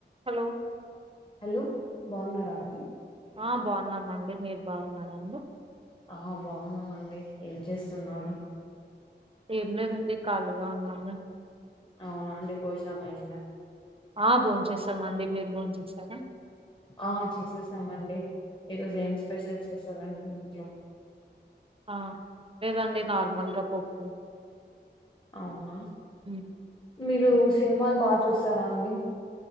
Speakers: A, on the right; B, on the left.
A: Hello
B: hello బాగున్నారా అండి
A: ఆ బాగున్నామండి మీరు బాగున్నారడి
B: ఆ బాగున్నామండి ఏం చేస్తున్నారు
A: ఏం లేదండి ఖాళీగా ఉన్నాము
B: అవునా అండి భోజనమయింద
A: ఆ బోం చేస్తామండి మీరు బోం చేస్తారా
B: ఆ చేసేసామండి ఈరోజు ఏం స్పెషల్ చేస్తారండి ఇంట్లో
A: ఆ లేదండి నార్మల్గా పప్పు
B: అవునా
A: ఉమ్.
B: మీరు సినిమాలు బాగా చూస్తారా అండి